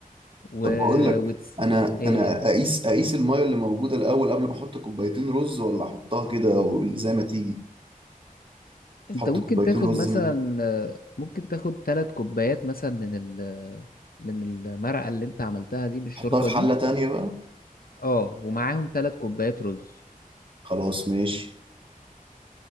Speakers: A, on the left (about 85°); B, on the right (about 35°).
A: و...
B: طب بقول لك
A: وتس...
B: أنا
A: إيه،
B: أنا أقيس أقيس المية اللي موجودة الأول قبل ما أحط كوبايتين رز ولا أحطها كده زي ما تيجي
A: انت
B: أحط
A: ممكن
B: كوبايتين
A: تاخد
B: رز
A: مثلا آه، ممكن تاخد ثلاث كوبايات مثلا من ال من المرقة اللي انت عملتها دي من الشوربة
B: احطها في
A: دي
B: حلة تانية بقى
A: اه ومعاهم ثلاث كوبايات رز
B: خلاص ماشي